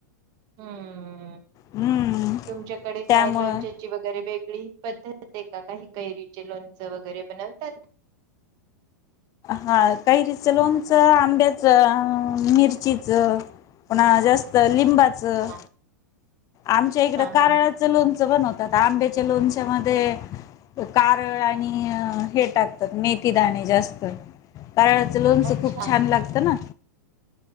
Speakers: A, on the right; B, on the left.
A: हं
B: हम्म
A: तुमच्याकडे
B: त्यामुळं
A: काय लोणच्याची वगैरे वेगळी पद्धत आहे का? काही कैरी. कैरीचे लोणचे वगैरे बनवतात.
B: हा कैरीचं लोणचं, आंब्याचं, मिरचीच पुन्हा जास्त लिंबाचं
A: हा
B: आमच्या इकड
A: हा
B: कारळाचं
A: हा
B: लोणचं बनवतात. आंब्याच्या लोणच्यामध्ये कारळ आणि हे टाकतात. मेथीदाणे जास्त कारळाचं लोणचं
A: अच्छा
B: खूप छान लागतं ना.